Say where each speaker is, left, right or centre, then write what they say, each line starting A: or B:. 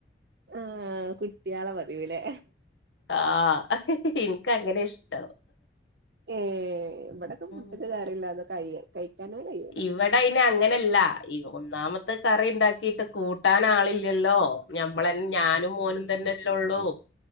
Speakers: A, on the right; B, on the left.
A: ആഹ് കുട്ട്യാളെ പതിവ് ലെ.
B: ആഹ് ഹഹഹ ഇൻക്ക് അങ്ങനെ ഇഷ്ടം.
A: ഉം ഇവിടെക്കെ
B: ഉം.
A: പുട്ട്ക്ക് കറിയില്ലാതെ കയ് കയ്ക്കാനെ കഴി
B: ഇവിടയിന് അങ്ങനല്ല ഈ ഒന്നാമത്തെ കറിണ്ടാക്കിട്ട് കൂട്ടാനാളില്ലല്ലോ? ഞമ്മളന്നെ ഞാനും മോനും തന്നെല്ലേള്ളൂ.